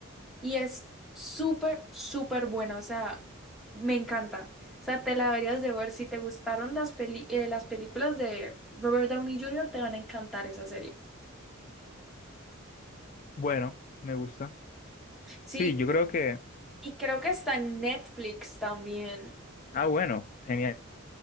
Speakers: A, in the centre; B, on the left (about 40°).
A: Y es súper, súper buena, o sea, me encanta. O sea, te la deberías de ver. Si te gustaron las peli- eh, las películas de Robert Downey Jr., te van a encantar esa serie.
B: Bueno, me gusta.
A: Sí,
B: Sí, yo creo que.
A: y creo que está en Netflix también.
B: Ah, bueno, genial.